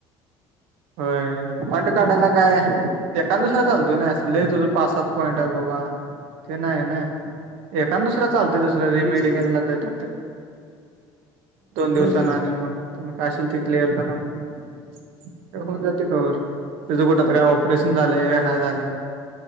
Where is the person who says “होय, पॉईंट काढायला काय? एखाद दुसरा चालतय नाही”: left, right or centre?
Right